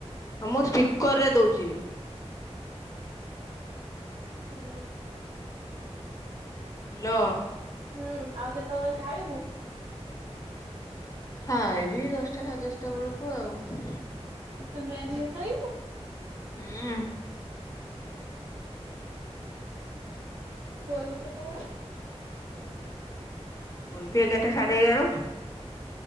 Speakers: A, on the left (about 30°); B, on the right (about 80°).
A: ହଁ ମୁଁ ସ୍ପିକର ରେ ଦଉଚି ବି।
B: ହଲା
A: ହ୍ୟାଲୋ।
B: ହୁଁ ଆଉ କେତେବେଳେ ଖାଇବୁ?
A: ଖାଇବି ଦଶଟା ସାଢ଼େ ଦଶଟା ବଳୁକୁ ଆଉ।
B: ଏତେ ଲେଟରେ ଖାଇବୁ।
A: ହୁଁ।
B: ଶୋଇବୁ କେତବେଳେ?
A: କୋଇବି ଏଗାରଟା ସାଢ଼େ ଏଗାର।